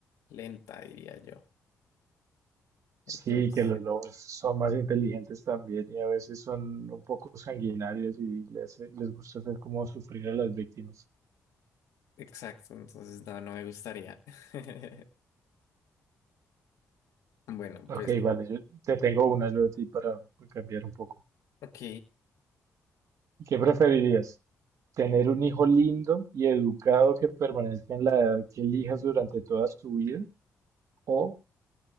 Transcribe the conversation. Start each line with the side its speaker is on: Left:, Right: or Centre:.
Left: lenta, diría yo.
Right: Sí,
Left: Entonces,
Right: que los lobos son más inteligentes también y a veces son un poco sanguinarios y les, les gusta hacer como sufrir a las víctimas.
Left: exacto, entonces no, no me gustaría. <laughs> Bueno,
Right: Ok,
Left: pues,
Right: vale, yo te tengo una yo de ti para cambiar un poco.
Left: ok,
Right: ¿Qué preferirías? ¿Tener un hijo lindo y educado que permanezca en la edad que elijas durante toda su vida? ¿O